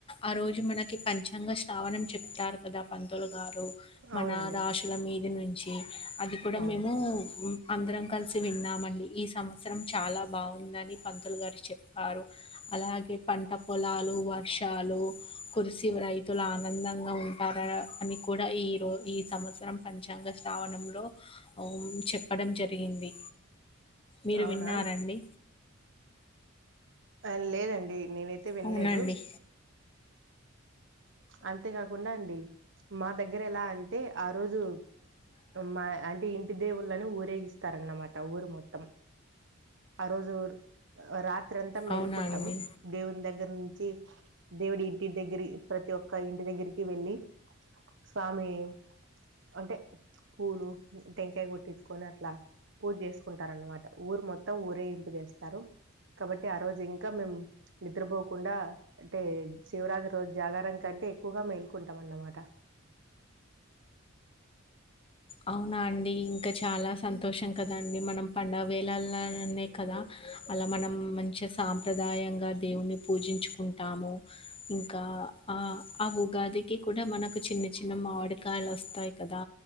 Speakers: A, on the left; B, on the right.
A: ఆ రోజు మనకి పంచాంగ శ్రావణం చెప్తారు కదా పంతులు గారు మన
B: అవునండి
A: రాషుల మీ <unintelligible> నుంచి అది కూడా
B: అవును
A: మేము అందరం కలిసి విన్నామండి ఈ సంవత్సరం చాలా బాగుందని పంతులు గారు చెప్పారు అలాగే పంట పొలాలు వర్షాలు కురిసి రైతులు ఆనందంగా ఉంటారా అని కూడా ఈ రో ఈ సంవత్సరం పంచాంగ శ్రావణంలో ఓం చెప్పడం జరిగింది మీరు
B: అవునా
A: విన్నారండి
B: అ లేదండి నేనైతే వినలేదు
A: అవునండి
B: అంతేకాకుండా అండి మా దగ్గర ఎలా అంటే ఆ రోజు మా అంటే ఇంటి దేవుళ్ళని ఊరేగిస్తారన్నమాట. ఊరు మొత్తం ఆ రోజు రాత్ రాత్రంతా మేలుకుంటాం.
A: అవునా అండి
B: దేవుని దగ్గర నుంచి దేవుడి ఇంటి దగ్గరి ప్రతి ఒక్క ఇంటి దగ్గరికి వెళ్ళి, స్వామి అంటే పూలు టెంకాయ కొట్టించుకొని, అట్లా పూజ చేసుకుంటార అన్నమాట. ఊరు మొత్తం ఊరేగింపు చేస్తారు. కాబట్టి ఆ రోజు ఇంకా మేం నిద్రపోకుండా అంటే శివరాత్రి రోజు జాగరం కంటే ఎక్కువగా మేల్కుంటాం అన్నమాట.
A: అవునా అండి ఇంకా చాలా సంతోషం కదండి మనం పండుగ వేలల్ నననే కదా అలా మనం మంచి సాంప్రదాయంగా దేవున్ని పూజించుకుంటాము. ఇంకా ఆ ఆ ఉగాదికి కూడా మనకు చిన్న చిన్న మామిడికాయలు వస్తాయి కదా.